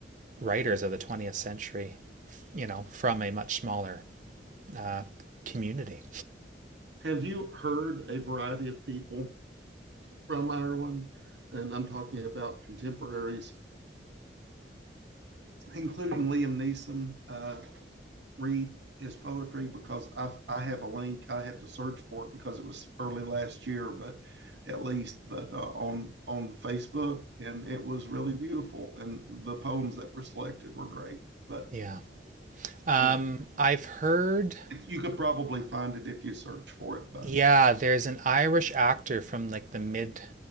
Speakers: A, on the right; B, on the right.
A: writers of the 20th century, you know, from a much smaller uh, community.
B: Have you heard a variety of people from Ireland? And I'm talking about contemporaries, including Liam Neeson. Uh, read his poetry because I've, I have a link. I had to search for it because it was early last year, but at least, but uh, on on Facebook, and it was really beautiful. And the poems that were selected were great. But
A: Yeah. Um,
B: anyway,
A: I've heard,
B: you could probably find it if you search for it. But
A: yeah, there's an Irish actor from like the mid